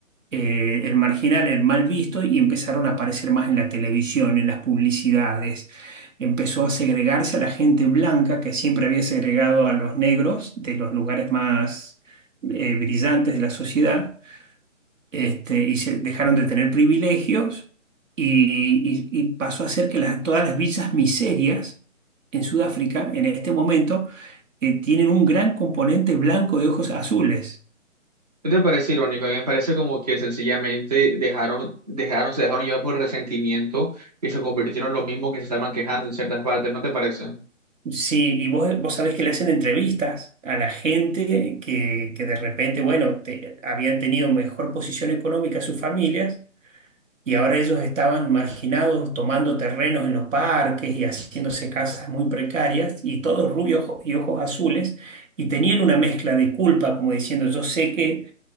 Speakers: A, on the right; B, on the right.
A: eh, el marginal, el mal visto, y empezaron a aparecer más en la televisión, en las publicidades. Empezó a segregarse a la gente blanca, que siempre había segregado a los negros de los lugares más eh, brillantes de la sociedad este, y se dejaron de tener privilegios y, y- y pasó a ser que las- todas las villas miserias en Sudáfrica en este momento eh, tienen un gran componente blanco de ojos azules.
B: ¿No te parece irónico? A mí me parece como que sencillamente dejaron, dejaron, se dejaron llevar por resentimiento y se convirtieron en los mismos que se estaban quejando en ciertas partes, ¿no te parece?
A: Sí, y vos, vos sabés que le hacen entrevistas a la gente que, que de repente, bueno, te- habían tenido mejor posición económica sus familias y ahora ellos estaban marginados tomando terrenos en los parques y haciéndose casas muy precarias y todos rubios y ojos azules y tenían una mezcla de culpa como diciendo yo sé que